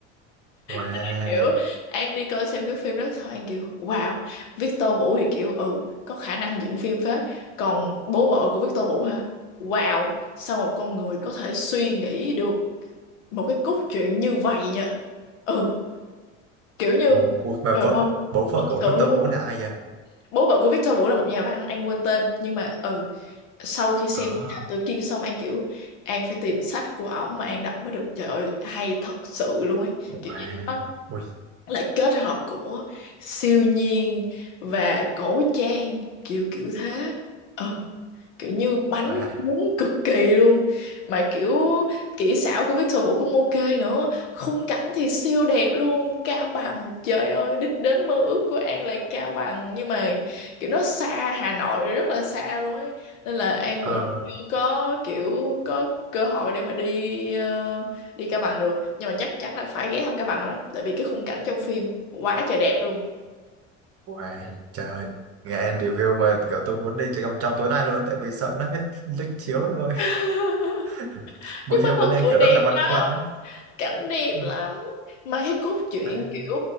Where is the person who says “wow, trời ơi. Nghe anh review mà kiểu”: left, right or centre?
Right